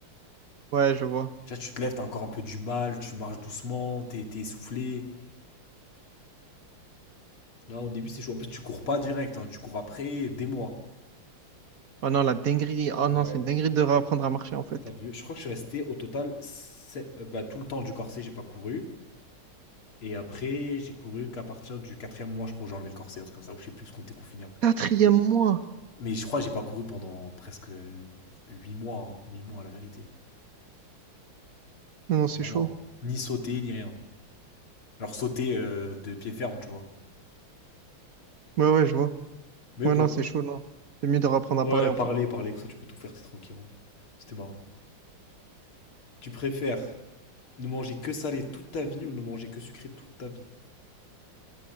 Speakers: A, on the right; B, on the left.
A: Ouais, je vois.
B: Tu vois, tu te lèves, t'as encore un peu du mal, tu marches doucement, t'es t'es essoufflé. Non, au début, c'est chaud. En plus, tu cours pas direct, hein, tu cours après des mois.
A: Oh non, la dinguerie. Oh
B: Ouais,
A: non, c'est une dinguerie de réapprendre à marcher en fait.
B: t'as vu? Je crois que je suis resté au total sept- euh, bah, tout le temps du corset, j'ai pas couru. Et après, j'ai couru qu'à partir du quatrième mois, je crois, où j'ai enlevé le corset, un truc comme ça, ou je sais plus ce qu'on était confiné après.
A: Quatrième mois.
B: Mais je crois que j'ai pas couru pendant presque huit mois, hein, huit mois à la vérité.
A: Non, non, c'est
B: Vraiment.
A: chaud.
B: Ni sauter, ni rien. Alors sauter euh, de pied ferme, tu vois.
A: Ouais, ouais, je vois.
B: Mais
A: Ouais,
B: bon.
A: non, c'est chaud, non. C'est mieux de reprendre
B: Ouais,
A: à parler,
B: Ouais.
A: en
B: parler,
A: fait.
B: parler, comme ça tu peux tout faire, t'es tranquille en vrai. C'était marrant. Tu préfères ne manger que salé toute ta vie ou ne manger que sucré toute ta vie?